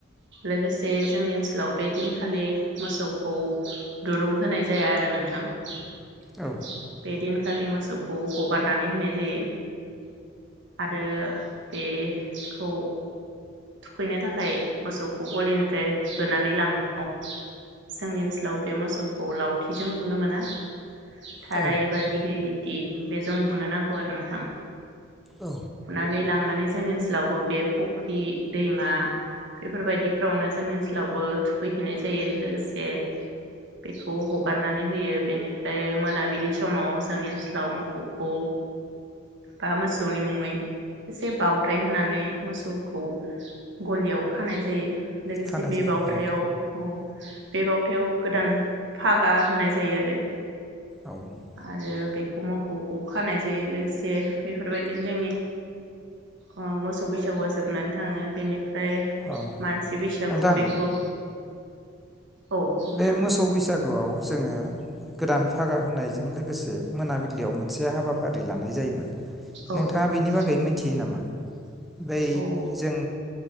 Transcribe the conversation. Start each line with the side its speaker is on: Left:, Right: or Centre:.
Right: लोगोसे जोंनि ओनसोलाव बे दिनखालि मोसौखौ दुरुं होनाय जाया आरो नोंथां। <inaudible>
Centre: औ
Right: बेदिन खालि मोसौ खौ हगारनानै होनाय जायो। आरो बे खौ थुखैनो थाखाय मोसौखौ गलिनिफ्राय होनानै लांनायाव जोंनि ओनसोलाव बे मोसौखौ लावथिजों बुनो मोना। थाराय
Centre: औ
Right: एबा दिगलि लि थि बेजों बुनो नांगौ आरो नोंथां।
Centre: औ
Right: बुनानै लांनानै जोंनि ओनसोलावबो बे फख्रि, दैमा बेफोरबायदिफ्रावनो जोंनि ओनसोलावबो थुखैहैनाय जायो। लोगोसे बेखौ हगारनानै होयो बेनि फ्राय मोनाबिलि समाव जोंनि ओनसोलाव मोखौ खौ बा मोसौनि मुङै एसे बावथाय होनानै मोसौखौ गलियाव खानाय जायो। लोगोसे
Centre: खानाय
Right: बे
Centre: जायो
Right: बावथायाव
Centre: औ
Right: औ बे बावथायाव गोदान फागा होनाय जायो आरो।
Centre: औ
Right: आरो बेखौ मोखौखौ खानाय जायो लोगो से बेफोरबायदिनो जोंनि ओ मोसौ बैसागुआ जोबनानै थाङो बेनि फ्राय
Centre: औ
Right: मानसि बैसागु
Centre: नोंथां
Right: बेखौ औ नोंथां
Centre: बे मोसौ बैसागोआव जोङो गोदान फागा होनायजों लोगोसे मोनाबिलियाव मोनसे हाबाफारि लानाय जायोमोन। नोंथाङा
Right: औ नोंथां
Centre: बेनि बागै मिथियो नामा? बै
Right: औ
Centre: जों